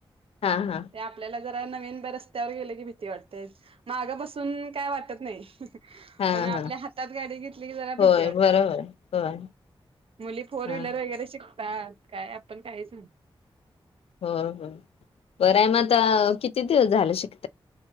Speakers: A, on the left; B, on the right.
A: हा हा
B: ते आपल्याला जरा नवीन रस्त्यावर गेले की भ वाटते मागं बसून काय वाटत नाही
A: हा
B: पण आपल्या
A: हा
B: हातात गाडी घेतली क ज भीती
A: होय
B: वाटते
A: बरोबर होय
B: मुली फोर
A: हा
B: वलर वगरे काय आपण काय सांग
A: हो हो बर आहे म आता किती तिती झालं शिक